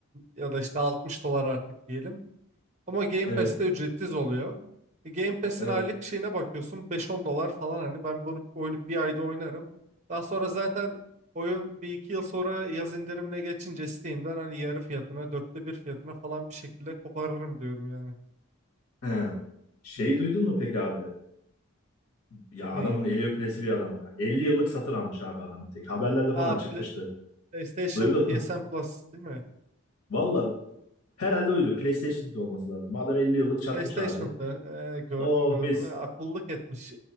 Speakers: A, on the right; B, on the left.
A: ya da işte 60 dolar artık diyelim. Ama Game
B: Evet,
A: Pass'te ücretsiz oluyor. E, Game Pass'in
B: evet.
A: aylık şeyine bakıyorsun beş on dolar falan hani ben bunu oyunu bir ayda oynarım. Daha sonra zaten oyun bir iki yıl sonra yaz indirimine geçince Steam'den hani yarı fiyatına dörtte bir fiyatına falan bir şekilde koparırım diyorum yani.
B: He. Şeyi duydun mu peki abi? Ya
A: Neyi?
B: adamın eli öpülesi bir adam ya. elli yıllık satın almış abi adamın tek. Haberlerde falan
A: Aa,
B: çıkmıştı.
A: Pl- PlayStation
B: Duydun
A: PSN Plus değil mi?
B: Valla herhalde oydu. PlayStation 2 olması lazım. Adam 50 yıllık çakmış
A: PlayStation'da
B: abi.
A: e, gördüm
B: Oh
A: gördüm
B: mis.
A: E, akıllık etmiş.